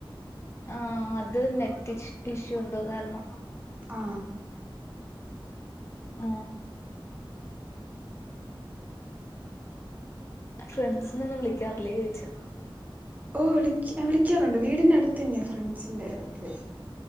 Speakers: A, on the left; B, on the right.
A: ആ അത് നെറ്റ് ഇഷ് ഇഷ്യൂ എന്തോ കാരണം
B: ആ
A: ആ ഫ്രണ്ട്സിനൊന്നും വിളിക്കാറില്ലേ ചോയ്ച്ചാ
B: ഓ വിളിക്ക് അ വിളിക്കാറൊണ്ട് വീടിന്റെ അട്ത്ത്ന്നെയാ ഫ്രണ്ട്സിന്റെ അട്ത്ത്